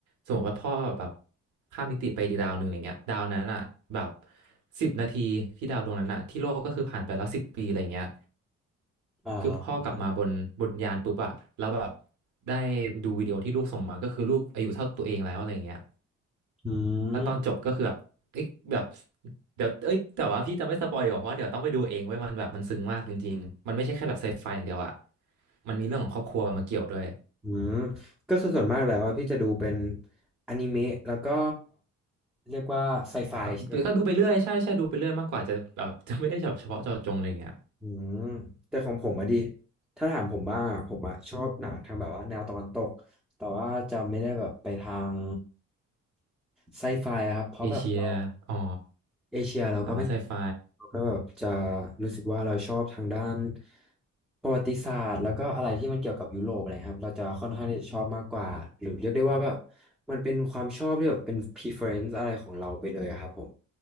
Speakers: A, on the right; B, in the centre.
A: สมมติว่าพ่อแบบข้ามมิติไปอีกดาวหนึ่งอะไรเงี้ยดาวนั้นอ่ะแบบสิบนาทีที่ดาวดวงนั้นอ่ะที่โลกก็คือผ่านไปแล้วสิบปีอะไรเงี้ย
B: อ่า
A: คือพ่อกลับมาบนบนยานปุ๊บอ่ะแล้วแบบได้ดูวิดีโอที่ลูกส่งมาก็คือลูกอายุเท่าตัวเองแล้วอะไรเงี้ย
B: อืม
A: แล้วตอนจบก็คือแบบ เอ้ยแบบเดี๋ยวเอ้ยแต่ว่าพี่จะไม่สปอยดีกว่าเพราะว่าเดี๋ยวต้องไปดูเองไว้ยมันแบบมันซึ้งมากจริงๆมันไม่ใช่แค่แบบไซไฟอย่างเดียวอะมันมีเรื่องของครอบครัวมาเกี่ยวด้วย
B: อืมก็คือส่วนมากแล้วอะพี่จะดูเป็นอนิเมะแล้วก็เรียกว่าไซไฟใช่ไหมครับ
A: แบบก็ดูไปเรื่อยใช่ใช่ดูไปเรื่อยมากกว่าจะแบบ <laughs> จะไม่ได้แบบเฉพาะเจาะจงอะไรอย่างเงี้ย
B: อืมแต่ของผมอะดิถ้าถามผมบ้างอะผมอะชอบหนังทางแบบว่าแนวตะวันตกแต่ว่าจะไม่ได้แบบไปทางไซไฟอะครับเพราะแบบเรา
A: เอเชียอ๋อ
B: เอเชียเราก็ไม่
A: หนังไซไฟ
B: เราก็แบบจะรู้สึกว่าเราชอบทางด้านประวัติศาสตร์แล้วก็อะไรที่มันเกี่ยวกับยุโรปอะไรครับเราจะค่อนข้างที่จะชอบมากกว่าหรือเรียกได้ว่าแบบมันเป็นความชอบที่แบบเป็น preference อะไรของเราไปเลยอะครับผม